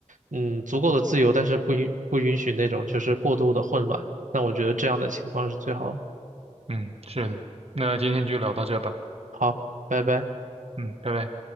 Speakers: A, on the right (about 80°); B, on the right (about 55°).
A: 嗯足够的自由，但是不允不允许那种就是过度的混乱。那我觉得这样的情况是最好的
B: 嗯，是的。那今天就聊到这吧。
A: 好，拜拜。
B: 嗯，拜拜。